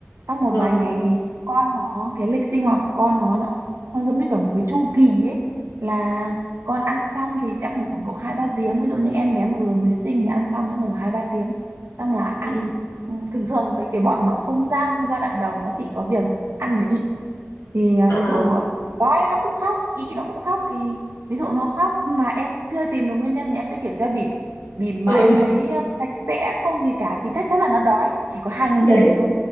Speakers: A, on the right; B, on the left.
A: sau một
B: vâng.
A: vài ngày thì con nó cái lịch sinh hoạt của con nó nó nó giống như cả một cái chu kỳ ấy là con ăn xong thì sẽ ngủ khoảng độ hai ba tiếng ví dụ như em bé mà vừa mới sinh thì ăn xong sẽ ngủ hai ba tiếng xong là ăn
B: Ừ.
A: Ừ, thường thường với cái bọn mà không răng giai đoạn đầu nó chỉ có việc ăn và y thì à,
B: À,
A: ví dụ quái nó cũng khóc ị nó cũng khóc thì ví dụ nó khóc mà em chưa tìm được nguyên nhân thì em sẽ kiểm tra bỉm bỉm
B: ừ,
A: mà em thấy à, sạch sẽ không gì cả thì chắc chắn là nó đói nó chỉ có hai nguyên
B: đấy.
A: nhân đấy thôi